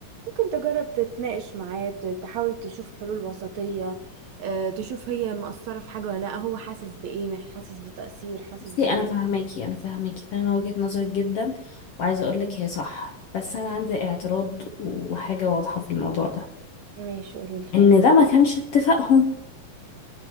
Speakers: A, on the right; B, on the left.
A: ممكن تجرب تتناقش معاه ت- تحاول تشوف حلول وسطيه آه، تشوف هي مقصره في حاجه ولا لا هو حاسس بايه مح- حاسس بتأثير حاسس
B: بصي
A: بايه
B: انا فاهماكي انا فاهماكي فاهمة وجهة نظرك جدا وعايزة اقولك هي صح بس انا عندي اعتراض وحاجة واضحة في الموضوع ده
A: ماشي قوليلي
B: ان ده ما كانش اتفاقهم